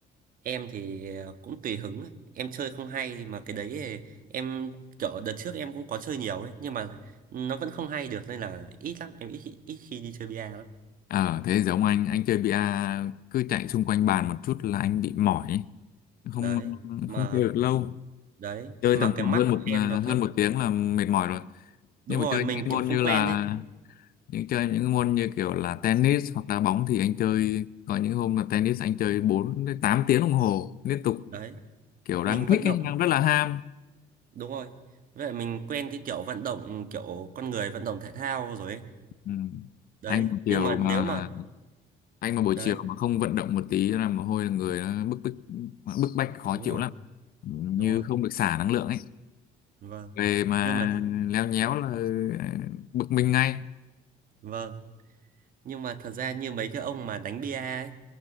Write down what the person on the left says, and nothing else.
ờ thế giống anh anh chơi bia cứ chạy xung quanh bàn một chút là anh bị mỏi ấy.
không
không chơi được lâu
chơi
tầm
khoảng
hơn một
à,
hơn một tiếng là mệt mỏi rồi
nhưng
mà chơi
những cái
môn
như
là
những chơi những môn như kiểu là tennis hoặc đá bóng thì anh chơi có những hôm là tennis anh chơi 4 đến 8 tiếng đồng hồ liên tục
kiểu
đang thích
ấy, đang rất là ham
ừ.
anh mà chiều
mà
anh mà buổi
chiều mà không vận động một tí là mồ hôi là người nó bức bức bức bách khó
chịu
lắm Ừ, như
không được xả năng lượng ấy
về mà
leo nhéo
là ờ, bực mình ngay